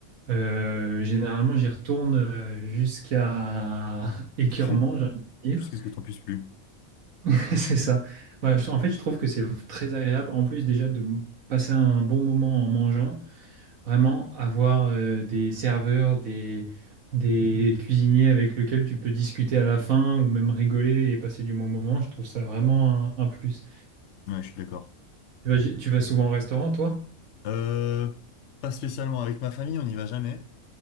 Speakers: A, on the right; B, on the left.
A: euh, généralement j'y retourne euh, jusqu'à <laughs> écœurement,
B: <laughs>
A: j'ai envie de dire.
B: jusqu'à ce que t'en puisses plus.
A: <laughs> C'est ça. Bah, je- en fait, je trouve que c'est très agréable. En plus déjà de passer un bon moment en mangeant. Vraiment, avoir euh, des serveurs, des, des cuisiniers avec lesquels tu peux discuter à la fin ou même rigoler et passer du bon moment, je trouve ça vraiment un, un plus.
B: Ouais, je suis d'accord.
A: Tu vas, tu vas souvent au restaurant, toi?
B: Euh, pas spécialement avec ma famille, on n'y va jamais.